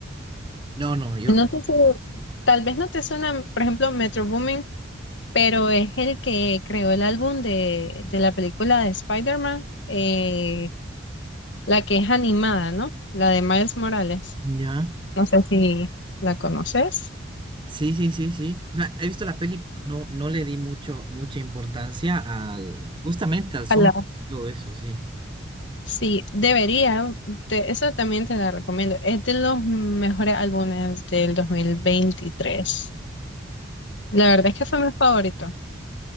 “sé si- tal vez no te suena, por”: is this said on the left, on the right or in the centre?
Left